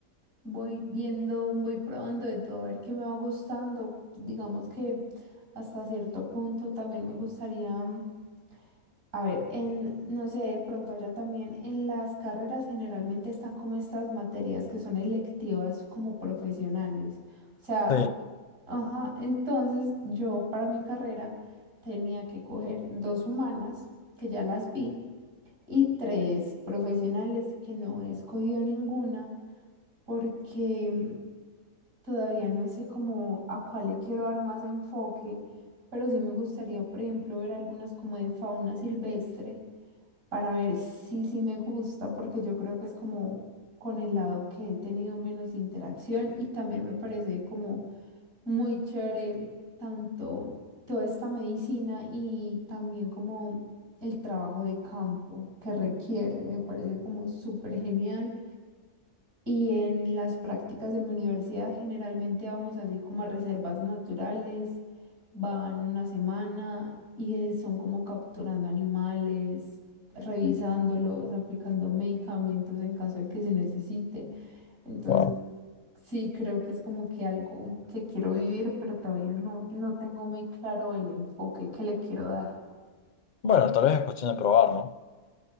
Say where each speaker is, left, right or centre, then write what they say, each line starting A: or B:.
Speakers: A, on the right; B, on the left.
A: Voy viendo, voy probando de todo, a ver qué me va gustando. Digamos que hasta cierto punto también me gustaría, mm, a ver, en, no sé, de pronto ya también en las carreras generalmente están como estas materias que son electivas como profesionales. O sea,
B: Sí,
A: que- ajá, entonces yo para mi carrera tenía que coger dos humanas, que ya las vi y tres profesionales que no he escogido ninguna porque mm, todavía no sé cómo a cuál le quiero dar más enfoque, pero sí me gustaría, por ejemplo, ver algunas como de fauna silvestre para ver si sí me gusta, porque yo creo que es como con el lado que he tenido menos interacción y también me parece como muy chévere tanto toda esta medicina y también como el trabajo de campo que requiere, me parece como súper genial. Y en las prácticas de mi universidad generalmente vamos así como a reservas naturales, van una semana y eh, son como capturando animales, revisándolos, aplicando medicamentos en caso de que se necesite. Entonces,
B: wow.
A: Sí, creo que es como que algo que quiero vivir, pero todavía no, no tengo muy claro el enfoque que le quiero dar.
B: Bueno, tal vez es cuestión de probar, ¿no?